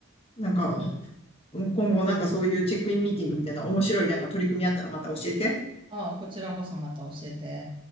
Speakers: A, on the left; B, on the right.
A: なんか、うん今後なんかそういうチェックインミーティングみたいな面白いなんか取り組みあったらまた教えて。
B: ああ、こちらこそまた教えて。